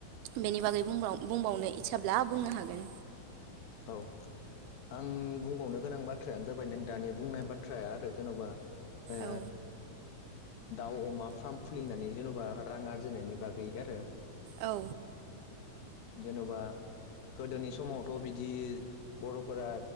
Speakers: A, on the right; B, on the left.
A: बेनि बागैब बुंबावनो इस्साब्ला बुंनो हागोन
B: औ आं बुंबावनो गोनां बाथ्रायानो जाबाय नों दानि बुंनाय बाथ्राया आरो जेन'बा ओ
A: औ
B: दाउ अमा फार्म खुलिनानै जेन'बा रां आरजिनायनि बागै आरो
A: औ
B: जेन'बा गोदोनि समावथ बिदि बरफोरा